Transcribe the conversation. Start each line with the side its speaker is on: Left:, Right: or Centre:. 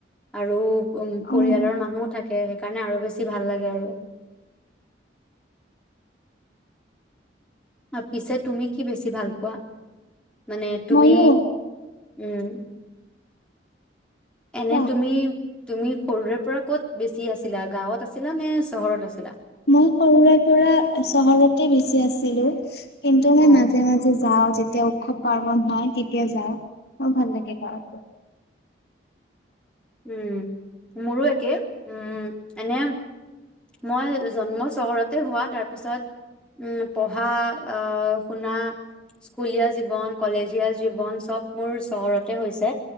Centre: আৰু। উম। পৰিয়ালৰ
Left: অ'
Centre: মানুহো থাকে। সেইকাৰণে আৰু বেছি ভাল লাগে আৰু। পিছে তুমি কি বেছি ভাল পোৱা? মানে তুমি।
Left: ময়ো
Centre: উম। এনে
Left: কোৱা
Centre: তুমি। তুমি সৰুৰে পৰা ক'ত বেছি আছিলা গাঁৱত আছিলা নে চহৰত আছিলা
Left: মই সৰুৰে পৰা চহৰতে বেছি আছিলো। কিন্তু মই
Centre: অ
Left: মাজে মাজে যাওঁ। যাওঁ যেতিয়া উৎসৱ পাৰ্বন হয় তেতিয়া যাওঁ মোৰ ভাল লাগে গাঁৱত গৈ
Centre: উম, মোৰো একে কে উম! এনে মই জন্ম চহৰতে হোৱা তাৰ পিছত উম পঢ়া আহ শুনা স্কুলীয়া জীৱন কলেজীয়া সব মোৰ চহৰতে হৈছে